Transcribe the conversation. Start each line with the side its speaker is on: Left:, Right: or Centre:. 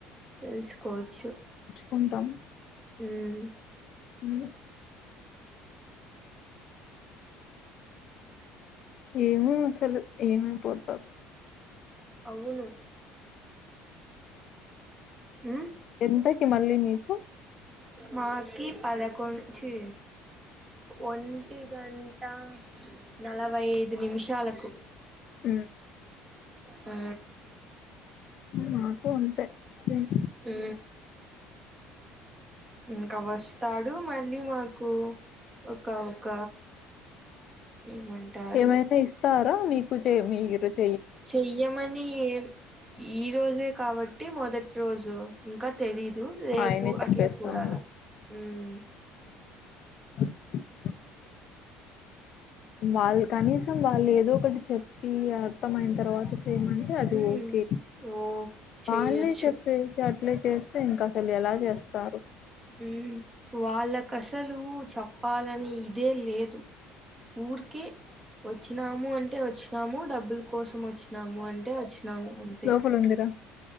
Right: తెలుసుకోవచ్చు
Left: కుంటాం
Right: హ్మ్
Left: ఉమ్ ఏమో అసలు ఏమైపోతారు
Right: అవును ఉమ్
Left: ఎంతకి మళ్ళీ మీకు
Right: మాకి పదకొండ్ చీ ఒంటి గంట నలభై ఐదు నిమిషాలకు
Left: ఊ
Right: ఊ
Left: నాకు అంతె సేమ్
Right: ఊ ఇంకా వస్తాడు మన్ మళ్ళీ మాకు ఒక ఒక ఏమంటారు
Left: ఏమైన ఇస్తారా మీ కుచే మీరు చె
Right: చెయ్యమని ఏం ఈ రోజె కాబట్ టి మొదటి రోజు ఇంకా తెలీదు రేపు
Left: ఆయనే చెప్పేస్తాం
Right: అట్లా చూడాలా ఉమ్
Left: అ వాళ్ కనీసం వాళ్ళు ఏదో ఒకటి చెప్పి అర్థంమయిన తర్వాత చె చేయమంటె అది
Right: ఉమ్
Left: ఓకె
Right: ఓ చెయ్యొచ్చు
Left: వాళ్ళే చెప్పేసి అల్ అట్లే చేస్తే ఇంక అసలు ఎలా చేస్తా
Right: ఉం వాళ్ళకసలు చెప్పాలని ఇదే లేదు. ఊరికే వచ్చినాము అంటె వచ్చినాము డబ్బుల కోసం వచ్చినాము అంటె వచ్చినాము అంతె
Left: లోపల ఉందిరా